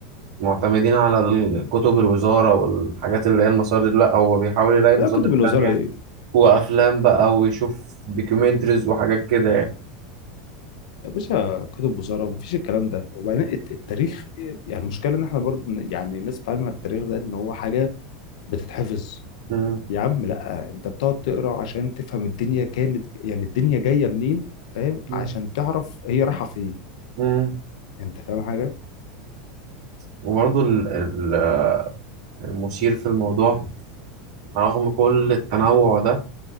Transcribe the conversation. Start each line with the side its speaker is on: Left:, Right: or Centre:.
Right: معتمدين على ال- كتب الوزارة والحاجات اللي هي المصادر لا هو بيحاول يلاقي مصادر
Left: لا كتب الوزارة
Right: تانية
Left: إيه
Right: وافلام بقى ويشوف دوكيومنتريز وحاجات كده يعني
Left: يا باشا كتب وزارة مفيش الكلام ده وبعدين الت- التاريخ إيه؟ يعني المشكلة إن إحنا برضه ن- يعني الناس بتتعلم التاريخ ده إن هو حاجة بتتحفظ
Right: مم.
Left: يا عم لا أنت بتقعد تقرأ عشان تفهم الدنيا كانت يعني الدنيا جاية منين فاهم
Right: مم.
Left: عشان تعرف هي رايحة فين
Right: مم.
Left: أنت فاهم حاجة
Right: وبرضه ال- ال- المثير في الموضوع رغم كل التنوع ده